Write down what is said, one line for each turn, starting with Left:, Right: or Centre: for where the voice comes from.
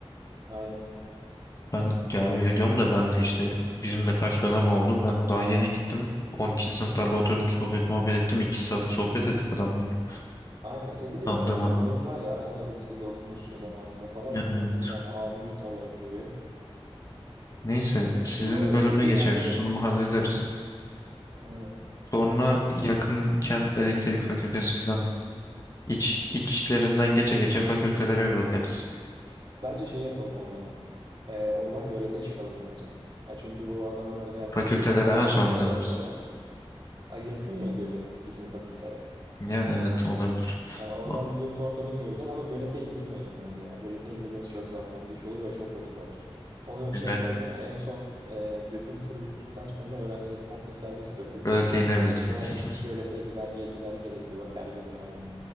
Right: Aynen.
Left: Ben ya öyle diyorum da ben de işte bizim de kaç dönem oldu. Ben daha yeni gittim. 12. sınıflarla oturdum sohbet muhabbet ettim. iki saat sohbet ettik adamların.
Right: Aynen ediliyor
Left: Tanıdığım
Right: ya.
Left: adam.
Right: Bir bağın var ya aynı lisede okumuşsun zamanında falan.
Left: Yani
Right: Onlar da
Left: evet.
Right: seni hani abim olarak görüyor.
Left: Neyse sizin
Right: Sunumu
Left: bölüme
Right: o şekilde
Left: geçeriz.
Right: hallederiz.
Left: Sunumu hallederiz.
Right: Aynen.
Left: Sonra yakınken elektrik fakültesi falan. İç, içlerinden geçe geçe fakültelere bir bakarız.
Right: Bence şey yapalım oradan. Ee, oradan gölete çıkalım bence. Ya çünkü bu adamlar gelse
Left: Fakültelere
Right: mesela hani bir
Left: en
Right: bilgisayar
Left: son mu deniriz?
Right: yazsalar. Ay yakın ya gölet bizim fakülteye.
Left: Yani evet olabilir.
Right: Hani oradan
Left: Ba-
Right: bir yurt ortamını görürler ama gölete indirmeyelim bence ya. Gölete indirmesi çok zahmetli iş olur ve çok vakit alır. Onu şey
Left: Ben
Right: yaparız hani en son e, bütün tur bittikten sonra öğrencileri komple serbest bırakırız.
Left: öyle teyinebilirsiniz.
Right: Hani isteyen
Left: <laughs>
Right: gölete giden gel gider gelir bir bakar gelir aynen.